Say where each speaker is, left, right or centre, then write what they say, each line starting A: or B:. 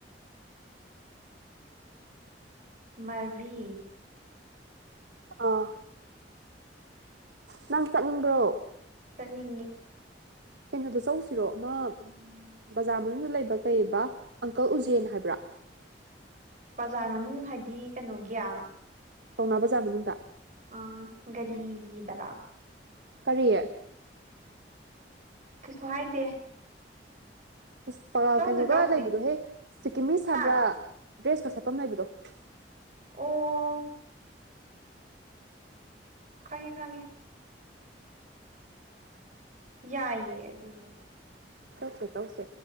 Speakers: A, on the right; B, on the right.
A: ꯃꯔꯤ
B: ꯑꯥ ꯅꯪ ꯆꯠꯅꯤꯡꯕ꯭ꯔꯣ
A: ꯆꯠꯅꯤꯡꯉꯤ
B: ꯀꯩꯅꯣꯗꯣ ꯆꯠꯂꯨꯁꯤꯔꯣ ꯑꯃ ꯕꯖꯥꯔ ꯃꯅꯨꯡꯗ ꯂꯩꯕ ꯀꯩꯕ ꯑꯪꯀꯜ ꯎꯖꯦꯟ ꯍꯥꯏꯕ꯭ꯔꯥ
A: ꯕꯖꯥꯔ ꯃꯅꯨꯡ ꯍꯥꯏꯗꯤ ꯀꯩꯅꯣꯒꯤꯌꯥ
B: ꯄꯥꯎꯅ ꯕꯥꯖꯥꯔ ꯃꯅꯨꯡꯗꯥ꯫
A: ꯑ ꯒꯥꯂꯤꯒꯤꯗꯔꯥ꯫
B: ꯀꯔꯤ꯫
A: ꯀꯩꯁꯨ ꯍꯥꯏꯗꯦ꯫
B: ꯏꯁ
A: ꯆꯧꯁꯤ
B: ꯀꯩꯅꯣꯒ
A: ꯆꯧꯁꯤ
B: ꯂꯩꯕꯗꯣꯍꯦ ꯁꯤꯀꯤꯝꯃꯤꯁ
A: ꯍꯥ
B: ꯍꯥꯏꯕ꯭ꯔꯥ ꯗ꯭ꯔꯦꯁꯀ ꯁꯦꯠꯐꯝ ꯂꯩꯕꯗꯣ꯫
A: ꯑꯣ꯫ ꯈꯪꯉꯦ ꯈꯪꯉꯦ꯫ ꯌꯥꯏꯌꯦ ꯑꯗꯨꯁꯨ꯫
B: ꯆꯧꯁꯦ ꯆꯧꯁꯦ